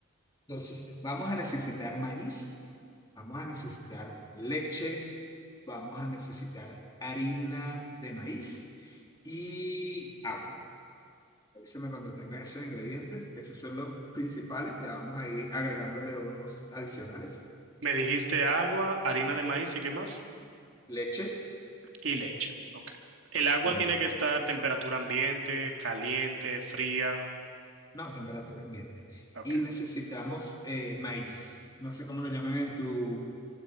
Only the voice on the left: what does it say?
Entonces, vamos a necesitar maíz. Vamos a necesitar leche. vamos a necesitar harina de maíz y agua. Avísame cuando tengas esos ingredientes. Esos son los principales. Le vamos a ir agregándole unos adicionales.
Leche,
mm,
no, temperatura ambiente.
Y necesitamos eh, maíz. No sé cómo lo llaman en tu,